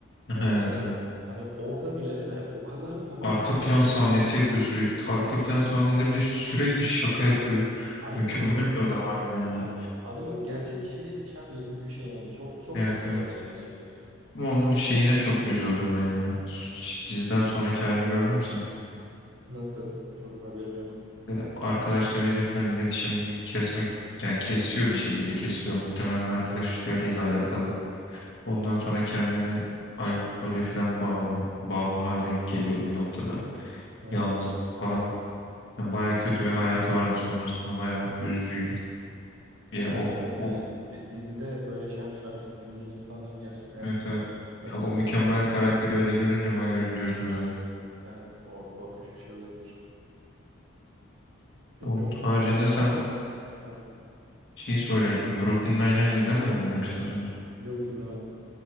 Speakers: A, on the left; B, on the right.
A: <laughs>
B: Öyle
A: Evet,
B: söyleyeyim.
A: evet.
B: Hani orada bile hani o kadar komik
A: Arka
B: ki.
A: plan sahnesi yapıyor sürekli. Arka plan sahnelerinde sürekli şaka yapıyor.
B: Aynen
A: Mükemmel
B: öyle.
A: bir adam harbiden ya.
B: Yani adamın gerçek kişiliği de Chandler gibi bir şey yani. Çok çok
A: Evet
B: komik
A: evet.
B: bir adam gerçekten.
A: Ama onun şeyine çok üzüldüm ben ya. Ş- Diziden sonraki halini gördün mü sen?
B: Nasıl? Çok haberim yok.
A: E, Arkadaşlarıyla falan iletişim kesmek yani kesiyor bir şekilde kesiliyor muhtemelen arkadaşlarıyla alakalı. Ondan sonra kendini alkole falan bağım, bağımlı hale geliyor bir noktada.
B: Ha.
A: Yalnızlık falan. Yani bayağı kötü bir hayatı vardı sonrasında. Bayağı üzücüydü. Ya
B: Ya
A: o,
B: evet yani
A: o
B: di- dizide böyle şen şakrak gizlediğin insanların gerçek hayatta
A: evet evet.
B: acı
A: Ya o
B: çekmesi
A: mükemmel karakteri öyle görünce bayağı üzülüyorsun özellikle.
B: evet o korkunç bir şey olabilir. Bilmiyorum.
A: Onun haricinde
B: Yani ama
A: sen
B: ha,
A: şeyi soracaktım. Brooklyn Nine-Nine izlemedin mi demiştin az önce.
B: yok izlemedim.